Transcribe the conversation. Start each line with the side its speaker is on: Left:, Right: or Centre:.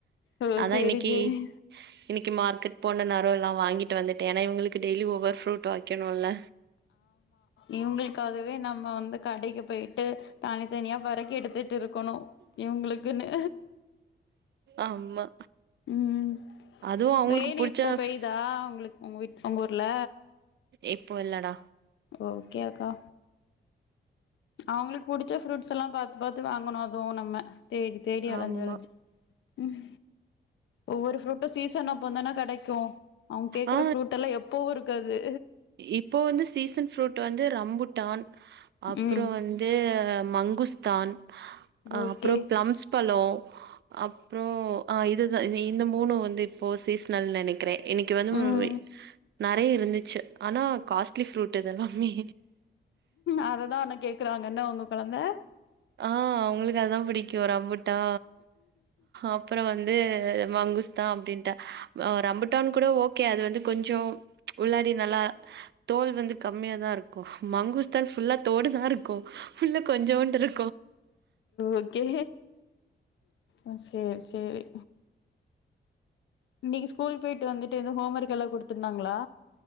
Left: ஓ
Right: அதா
Left: சேரி
Right: இன்னக்கி
Left: சேரி
Right: இன்னக்கி மார்கெட் போன நேரோ எல்லா வாங்கிட்டு வந்து ஏன்னா இவங்களுக்கு டெய்லி ஒவ்வொரு ஃப்ரூட் வைக்கணு இல்ல
Left: இவங்களுக்காகவே நம்ம வந்து கடைக்கு போயி்ட்டு தனித்தனியா பொறுக்கி எடுத்து ட்ருக்கணு இவுங்களுக்குன்னு
Right: ஆமா
Left: ம் ம்
Right: அதுவு அவங்களுக்கு
Left: ரெய்னு
Right: புடிச்ச
Left: இப்ப பெய்தா உங்களுக் உங்க வீட் உங்க ஊர்ல
Right: இப்ப இல்லடா
Left: ஓகேக்கா அவங்களுக்கு புடிச்ச ஃப்ரூட்ஸ் எல்லா பாத்து பாத்து வாங்கணு அதுவு நம்ம தேடி தேடி அலஞ்சு
Right: ஆமா
Left: அலஞ்சு ம் ஒவ்வொரு ஃப்ரூட்டு சீசனு அப்பந்தான கெடைக் கு அவங்க கேக்குற
Right: ஆ
Left: ஃப்ரூட் எல்லா எப்பவு இருக்காது
Right: இப்ப வந்து சீசன் ஃப்ரூட் வந்து ரம்புட்டான் அப்புறோ
Left: ம்
Right: வந்து மங்குஸ் த்தான் ஆ
Left: ஓகே
Right: அப்புறோ பிளம்ஸ் பழோ அப்றோ ஆ இதுதா இ இந்த மூணு வந்து இப்போ சீசனல்னு நெனைக்கிறே இன்னக்கி வந்து
Left: ம்
Right: வெ நெறைய இருந்துச்சு ஆனா காஸ்ட்லி ஃப்ரூட் இதெல்லாமே
Left: அததா உன்ன கேக்குறாங்க என்ன உங்க கொழந்த
Right: ஆ அவங்களுக்கு அதா பிடிக்கு ரம்புட் டா அப்புற வந்து மங்குஸ் ங்குஸ்தா அப்டின்ட்டே. ஆ ரம்புட்டான் கூட ஓகே அது வந்து கொஞ்சோ உள்ளாடி நல்லா தோல் வந்து கம்மியாதா இருக்கும் மங்குஸ்தான் ஃபுல்லா தோடுதா இருக்கு உள்ள கொஞ்சோண்டு இரு
Left: ஓகே ஆ சேரி சேரி இன்னக்கி ஸ்கூல் போயிட்டு வந்துட்டு எதுவு ஹோம் ஒர்க்கல்லா குடுத்துருந்தாங்களா?